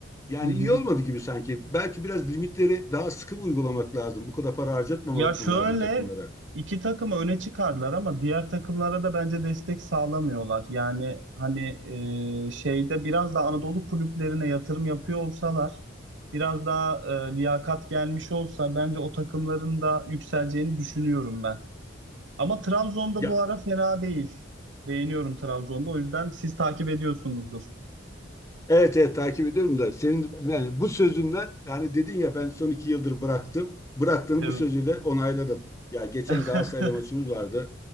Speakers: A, on the left; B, on the right.
A: yani
B: Hı hı.
A: iyi olmadı gibi sanki. Belki biraz limitleri daha sıkı uygulamak lazım. Bu kadar para harcatmamak
B: Ya şöyle
A: mı lazım takımlara?
B: iki takımı öne çıkardılar ama diğer takımlara da bence destek sağlamıyorlar. Yani hani e, şeyde biraz da Anadolu kulüplerine yatırım yapıyor olsalar, biraz daha e, liyakat gelmiş olsa bence o takımların da yükseleceğini düşünüyorum ben. Ama Trabzon'da
A: Ya
B: bu ara fena değil. Beğeniyorum Trabzon'da. O yüzden siz takip ediyorsunuzdur.
A: Evet evet takip ediyorum da senin yani bu sözünden yani dedin ya ben son iki yıldır bıraktım. Bıraktığını
B: Evet.
A: bu sözüyle onayladım. Ya geçen
B: <laughs>
A: Galatasaray'la maçımız vardı.